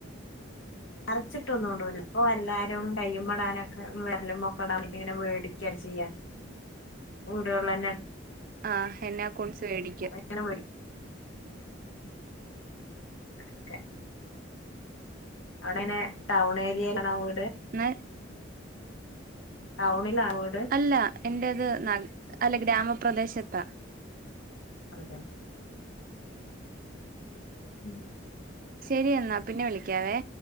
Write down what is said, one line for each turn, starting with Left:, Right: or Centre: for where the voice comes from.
Left: അരച്ചിട്ടൊന്നും ഇടൂല ഇപ്പൊ എല്ലാരും കയ്യുമ്മേടാനൊക്കെ വെരലുമ്മെ ഒക്കെ ഇടനിപ്പങ്ങനെ മേടിക്ക ചെയ്യാ. ഇവിടെയുള്ള തന്നെ
Right: ആഹ് എന്നാ കൊൽസ് വേടിക്ക
Left: ഇങ്ങനെ വേടിക്കും കെട്ക്ക അവിടെങ്ങനെ ടൗൺ ഏരിയയിലാണവോ
Right: ന്
Left: ടൗണി <unintelligible>
Right: അല്ല എന്റെത് ന <unintelligible> അല്ല ഗ്രാമപ്രദേശത്താ
Left: അതെ ഉം
Right: ശരി എന്നാ പിന്നെ വിളി ക്ക്യാവേ